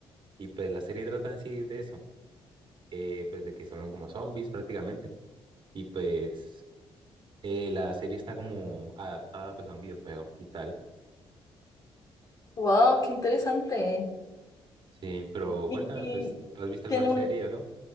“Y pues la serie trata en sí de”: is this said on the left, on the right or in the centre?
Right